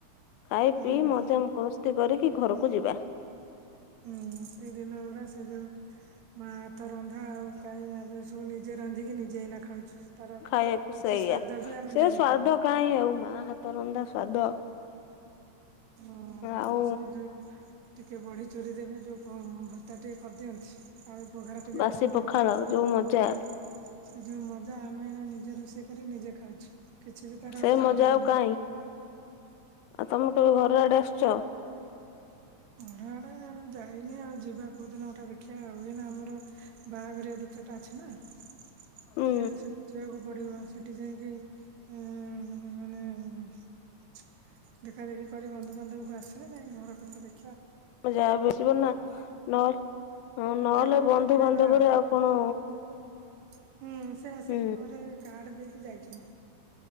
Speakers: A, on the left; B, on the right.
A: ଖାଇ
B: ମଜାମସ୍ତି
A: ପିଇ ମଜା ମସ୍ତି କରିକି ଘରକୁ
B: ହୁଁ
A: ଯିବା।
B: ହୁଁ ସେଇ ଦିନ ଗୁରା ସେ ଯୋଉ ମା ହାତ ରନ୍ଧା ଆଉ କାହିଁ ଆମ ସବୁ ନିଜେ ରାନ୍ଧିକି ନିଜେ ଏଇନା ଖାଉଛୁ। ତାର
A: ଖାଇବାକୁ
B: କିଛି
A: ସେଇଆ
B: ସ୍ଵାଦ ବି ଆମେ
A: ସେ
B: ଜାଣିପାରୁନୁ।
A: ସ୍ଵାଦ କାଇଁ ଆଉ ମା ହାତ ରନ୍ଧା ସ୍ଵାଦ
B: ହଁ
A: ଆଉ
B: ସେ ଯୋଉ ଟିକେ ବଡି ଚୁରି ଦେବେ ଯୋଉ ପ ଭର୍ତ୍ତା ଟିକେ କରିଦିଅନ୍ତି। ଆଳୁ ପଘାରା ଟିକେ
A: ବାସି
B: କରିଦେବେ
A: ପଖାଳ
B: ସେ
A: ଯୋଉ ମଜା
B: ଯୋଉ ମଜା ଆମେ ଏଇନା ନି ନିଜେ ରୋଷେଇ କରି ନିଜେ ଖାଉଛୁ। କିଛି ବି ତାର
A: ସେ
B: ସ୍ୱାଦ
A: ମଜା
B: ଜାଣି
A: ଆଉ କାଇଁ ଆଉ ତମେ କେବେ ଘର ଆଡେ ଆସୁଚ?
B: ଘର ଆଡେ ଯାଇନି ଆଉ ଯିବା କୋଉଦିନ ଗୋଟେ ଦେଖିବା ଆଉ ଏଇନା ଆମର ବାହାଘରିଆ ଦି ଚାରିଟା ଅଛି ନା ସିଆଡେ
A: ହୁଁ
B: ସେଠୁ ଯିବାକୁ ପଡ଼ିବ ସେଠି ଯାଇକି ଉଁ ମାନେ ହୁଁ <unintelligible> ଦେଖା ଦେଖି କରି ବନ୍ଧୁବାନ୍ଧବକୁ ଆସିଲେ ଯାଇକି ଘର କଥା ଦେଖି
A: ତମ ଯା ବି ଆସିବ ନା ନ ହଁ ନହେଲେ
B: କେବେ ଗୋଟେ
A: ବନ୍ଧୁବାନ୍ଧବରେ
B: ପଳେଇବା
A: ଆଉ କଣ
B: <inaudible> ହୁଁ ସେ ଆସିକି
A: ହୁଁ
B: ଘରେ କାର୍ଡ ଦେଇ ଯାଇଚ